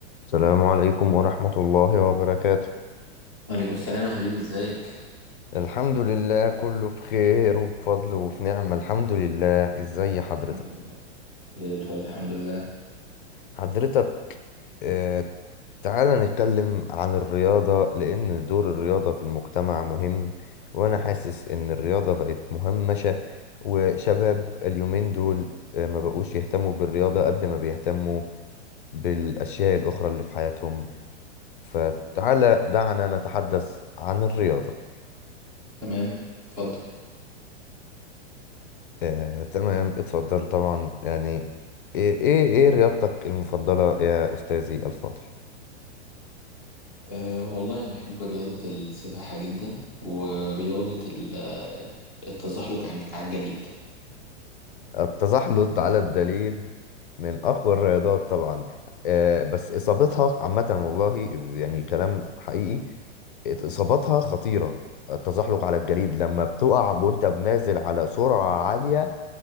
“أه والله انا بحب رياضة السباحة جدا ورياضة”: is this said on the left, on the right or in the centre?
Centre